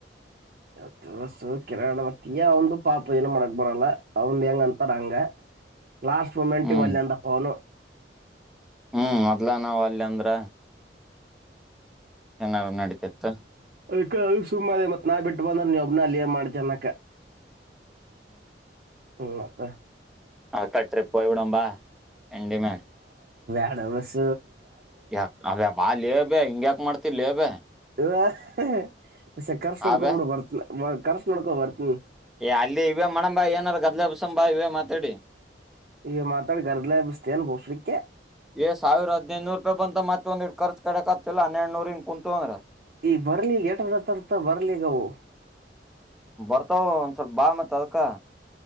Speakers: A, on the right; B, in the centre.
A: <unintelligible> ಯೇ ಅವ್ನ್ ದು ಪಾಪ ಏನು ಮಾಡಾಕ್ ಬರಲ್ಲ ಅವಂದ್ ಹೆಂಗ್ ಅಂತಾರ್ ಹಂಗ. ಲಾಸ್ಟ್ ಮೂಮೆಂಟ್
B: ಹ್ಮ್
A: ಗ್ ಒಲ್ಲೆ ಅಂದಪ್ಪ ಅವನು.
B: ಹ್ಮ್ ಮೊದ್ಲ ನಾವ್ ಅಲ್ಲಂದ್ರ ಏನಾರರು ನಡೀತಿತ್ತು.
A: ಅದ್ಕ ಅಲ್ ಸುಮ್ಮ ಅದೇ ಮತ್ ನಾ ಬಿಟ್ಟು ಬಂದ್ರ ನೀ ಒಬ್ನ ಅಲ್ಲಿ ಏನ್ ಮಾಡ್ತ ಅನಕ್ಕ. ಹ್ಮ್ ಮತ್ತ.
B: ಆ ಕಟ್ರಿಪ್ಯ್ ಬಿಡಂಬಾ ಎಂಡಮೇ.
A: ಹಡೊ ಬಸ್
B: ಯ ಅದ ಬಾಲ್ಯೆ ಬೆ ಹಿಂಗ್ಯಾಕ್ ಕ್ ಮಾಡ್ತಿನ್ಲೇ ಬೆ.
A: ಊ ಆ ಹೇ ಅಸ್ ಕರ್ಸ್ ನೋಡ್ಕೊಂಬುಡು
B: ಆ ಬೆ
A: ಬರ್ತ್ನ. ಕರ್ಸ್ ನೋಡ್ಕೊ ಬರ್ತಿವಿ
B: ಏ ಅಲ್ಲಿ ಇವವೆ ಮಾಡಣಂಬಾ ಏನಾರ ಗದ್ಲೆ ಬಸಂಬಾ ಇವವೆ ಮಾತಾಡಿ
A: ಈಗ ಮಾತಾಡಿ ಗರ್ದ್ಲ ಎಬ್ಬಿಸ್ತೇನ್ ಬೋಸ್ರಿಕ್ಕೆ
B: ಏ ಸಾವಿರ ಹದಿನೈದ್ನೂರು ರೂಪಾಯ್ ಬಂತ ಮತ್ ಒಂದ್ <unintelligible> ಕಡೆ ಕತ್ತಲ್ಲ ಹನ್ನೆರಡ್ನೂರ್ಂಗ ಕುಂತಂದ್ರ
A: ಈಗ್ ಬರ್ಲಿ <unintelligible> ಬರ್ಲೀಗವು
B: ಬರ್ತಾವ ಒಂದ್ ಸ್ವಲ್ಪ ಬಾ ಮತ್ ಅದ್ ಕಾ